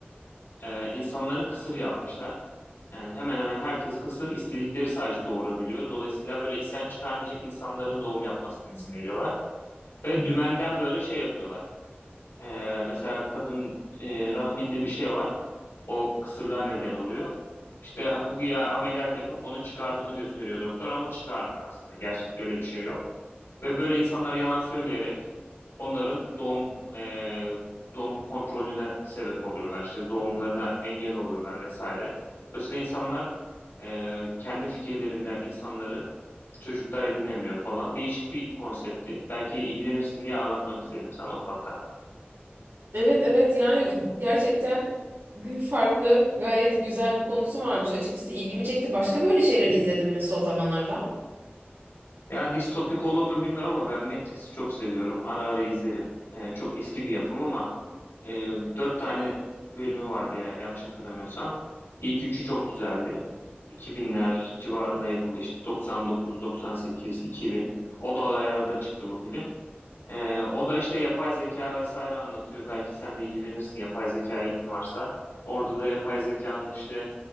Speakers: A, on the left; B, on the right.
A: E, insanları kısır yapmışlar. E, hemen hemen herkes kısır, istedikleri sadece doğurabiliyor. Dolayısıyla böyle isten çıkarmayacak insanların doğum yapmasına izin veriyorlar. Ve dümenden böyle şey yapıyorlar. Ee, mesela kadın e, rahminde bir şey var. O kısırlığa neden oluyor. İşte güya ameliyat yapıp onu çıkardığını gösteriyor doktor ama çıkarmıyor aslında. Gerçekte öyle bir şey yok. Ve böyle insanlar yalan söyleyerek onların doğum e, doğum kontrolüne sebep oluyorlar. İşte doğumlarına engel oluyorlar vesaire. Dolayısıyla insanlar e, kendi fikirlerinden insanları çocuklar edinemiyor falan. Değişik bir konsepti. Belki ilgilenirsin diye anlatmak istedim sana ufaktan.
B: Evet evet yani gerçekten farklı gayet güzel bir konusu varmış. Açıkçası ilgimi çekti. Başka böyle şeyler izledin mi son zamanlarda?
A: Ya distopik olur mu bilmiyorum ama ben Matrix'i çok seviyorum. Ara ara izlerim. Ee, çok eski bir yapım ama e, dört tane bölümü vardı ya yanlış hatırlamıyorsam. İlk üçü çok güzeldi. 2000'ler civarında yapıldı işte 99, 98, 2000. O dolaylarda çıktı bu film. Ee, o da işte yapay zeka vesaire anlatıyor. Belki sen de ilgilenirsin yapay zekaya ilgin varsa. Orada da yapay zekanın işte